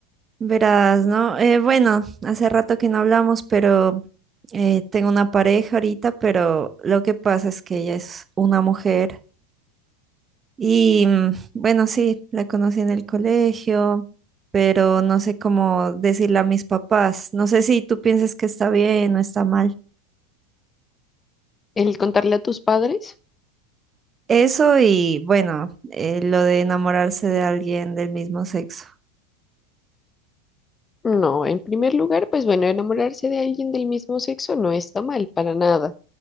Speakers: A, on the right (about 25°); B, on the left (about 20°).
A: Verás, ¿no? Eh, bueno, hace rato que no hablamos, pero eh, tengo una pareja ahorita, pero lo que pasa es que ella es una mujer y mm, bueno, sí, la conocí en el colegio, pero no sé cómo decirle a mis papás. No sé si tú piensas que está bien o está mal.
B: ¿El contarle a tus padres?
A: Eso y bueno, eh, lo de enamorarse de alguien del mismo sexo,
B: No, en primer lugar, pues bueno, enamorarse de alguien del mismo sexo no está mal para nada.